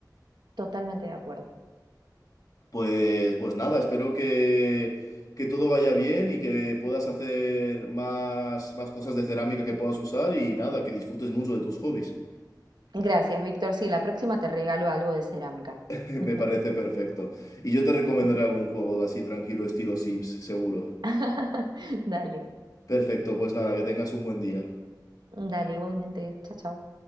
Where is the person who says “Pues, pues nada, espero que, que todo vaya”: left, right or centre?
Left